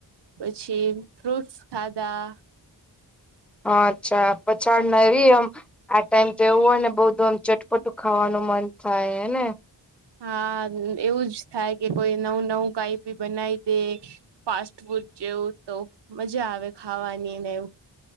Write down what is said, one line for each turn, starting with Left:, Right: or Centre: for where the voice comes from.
Right: પછી ફ્રુટસ ખાધા
Centre: હ અચ્છા પછાડને આવીવી એમ આ ટાઈમ તો એવું હોય ને બઉ એકદમ ચટપટું ખાવાનું મન થાયને
Right: હા એવું જ થાય કે કોઈ નવું નવું કઈ બી બનાવી દે ફાસ્ટ ફૂડ જેવું તો મજા આવે ખાવાનીને એવું